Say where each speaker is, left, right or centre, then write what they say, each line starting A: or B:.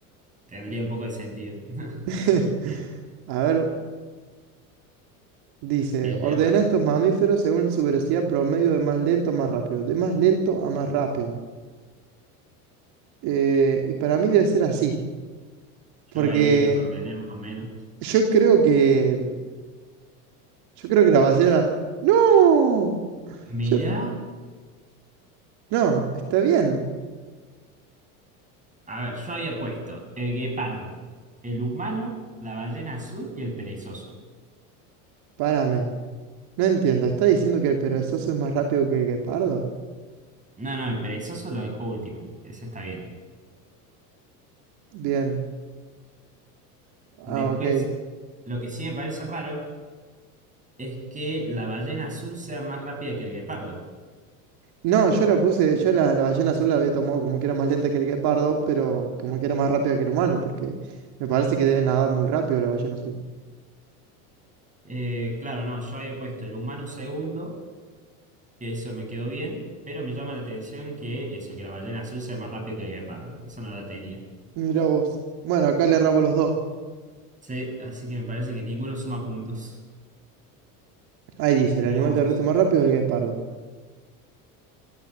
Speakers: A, on the right; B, on the right.
A: Tendría un poco de sentido. <laughs>
B: <laughs>
A: Bien.
B: A ver, dice,
A: ¿Quieres
B: ordena
A: leerla?
B: estos mamíferos según su velocidad promedio de más lento a más rápido, de más lento a más rápido. Eh, y para mí debe ser así, porque
A: Yo ahí los ordené más o menos.
B: yo creo que Yo creo que la ballena. ¡No!
A: Mirá.
B: Yo... No, está bien.
A: A ver, yo había puesto el guepardo, el humano, la ballena azul y el perezoso.
B: Párame. No entiendo. ¿Está diciendo que el perezoso es más rápido que el guepardo?
A: No, no, el perezoso lo dejó último. Ese está bien.
B: Bien.
A: Después,
B: Ah, ok.
A: lo que sí me parece raro es que la ballena azul sea más rápida que el guepardo.
B: No, yo la puse. Yo la, la ballena azul la había tomado como que era más lenta que el guepardo, pero como que era más rápida que el humano, porque me parece que debe nadar muy rápido la ballena azul.
A: Eh, claro, no, yo había puesto el humano segundo, que eso me quedó bien, pero me llama la atención que eso, que la ballena azul sea más rápido que el guepardo. Eso no la tenía.
B: Mira vos. Bueno, acá le rabo los dos.
A: Sí, así que me parece que ninguno suma puntos.
B: Ahí dice: el
A: Mira
B: animal
A: vos.
B: terrestre más rápido es el guepardo.